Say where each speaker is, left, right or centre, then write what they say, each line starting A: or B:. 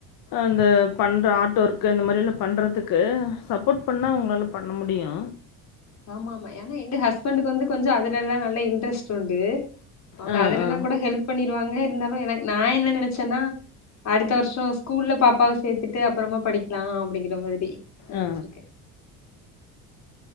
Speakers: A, on the left (about 60°); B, on the left (about 45°).
A: அந்த பண்ற ஆட் ஒர்க் அந்த மாதிலா பண்றத்துக்கு சப்போர்ட் பண்ணா உங்களால பண்ண முடியு
B: ஆமா ஆமா ஏனா எங்க ஹஸ்பண்டுக்கு வந்து கொஞ்ச அதுலெல்லா நல்ல இன்ட்ரெஸ்ட்டுண்டு அவங்க
A: ஆ,
B: அதுலலெல்லாங்கூட
A: ஆ,
B: ஹெல்ப் பண்ணிருவாங்க இருந்தாலு எனக் நா என்ன நெனச்சன்னா அடுத் த்த வர்ஷோ ஸ்கூல்ல பாப்பாவ சேத்துட்டு அப்பறமா படிக்கலா அப்டிங்கிற மாதிரி நெனச்சிருக்க
A: ஆ.